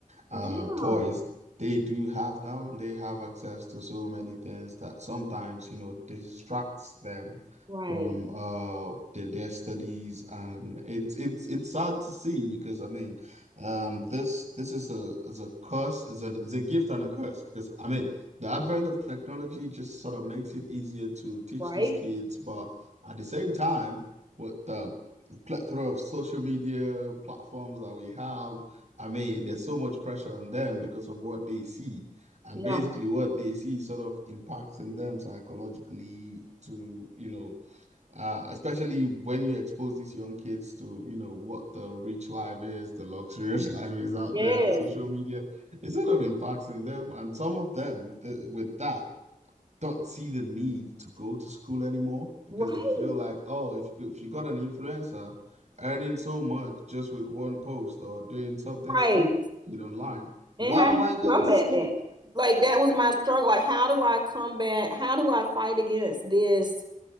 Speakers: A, on the right (about 55°); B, on the right (about 30°).
A: uh
B: Yeah.
A: toys. They do have now, they have access to so many things that sometimes, you know, distracts them
B: Right.
A: from uh their, their studies and it's it's it's sad to see because I mean um this this is a is a curse is an is a gift and a curse because I mean the advent of technology just sort of makes it easier to teach
B: Right.
A: these kids but at the same time with the plethora of social media platforms that we have. I mean, there's so much pressure on them because of what they see. And
B: Yeah.
A: basically, what they see sort of impacts in them psychologically to, you know, uh, especially when you expose these young kids to, you know, what the rich life is, the luxurious <laughs> life is out
B: Yes.
A: there on social media. It sort of impacts in them. And some of them, th with that, don't see the need to go to school anymore because
B: Right.
A: they feel like, oh, if you, if you got an influencer earning so much just with one post or doing something
B: Right.
A: stupid online, why
B: And how
A: am
B: do you
A: I going
B: combat
A: to school?
B: that? Like that was my struggle. Like how do I combat? How do I fight against this?